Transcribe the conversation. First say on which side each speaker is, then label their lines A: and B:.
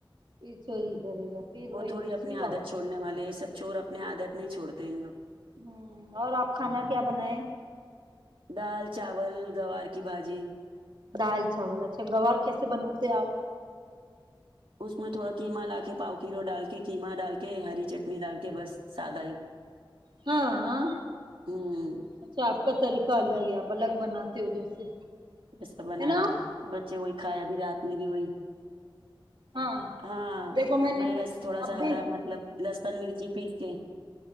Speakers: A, on the right (about 60°); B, on the right (about 80°).
A: پھر چوری کرے گا پھر وہی
B: وہ تھوڑی
A: نا
B: اپنی
A: چھی بابا
B: عادت چھوڑنے والے یہ سب چور اپنی عادت نہیں چھوڑتے ان لوگ
A: ہوں اور آپ کھانا کیا بنائےیں
B: دال چاول گوار کی بھاجی
A: دال چاول اچھا گوار کیسے بناتے ہیں آپ
B: اس میں تھوڑا قیما لا کے پاؤ کلو ڈال کے قیما ڈال کے ہری چٹنی ڈال کے بس سادہ ہی
A: ہاں
B: ہوں
A: اچھا آپ کا طریقہ الگ ہے آپ الگ بناتے ہو جیسے
B: ایسا بنایا
A: نا
B: بچے وہی کھائے ابھی رات میں بھی وہی
A: ہاں
B: ہاں
A: دیکھو نے
B: میں رس تھوڑا
A: اب
B: سا
A: بھی
B: ہرا مطلب لسن مرچی پیس کے